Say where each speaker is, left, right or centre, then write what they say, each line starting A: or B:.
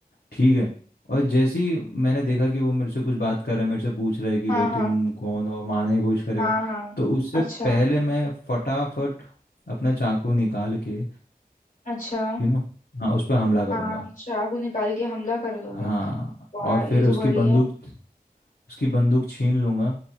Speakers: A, on the left; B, on the left.
A: ठीक है और जैसे ही मैंने देखा कि वो मेरे से कुछ बात कर रहा है मेरे से पूछ रहा है कि
B: हाँ
A: भाई
B: हाँ
A: तुम कौन हो मारने की कोशिश करेगा
B: हाँ हाँ
A: तो उससे
B: अच्छा
A: पहले मैं फटाफट अपना चाकू निकाल के
B: अच्छा
A: यू नो हाँ उस पर हमला करूंगा
B: हाँ चाकू निकाल के हमला कर दोगे
A: हाँ
B: वाह
A: और फिर
B: ये तो
A: उसकी
B: बढ़िया
A: बंदूक
B: है
A: उसकी बंदूक छीन लूँगा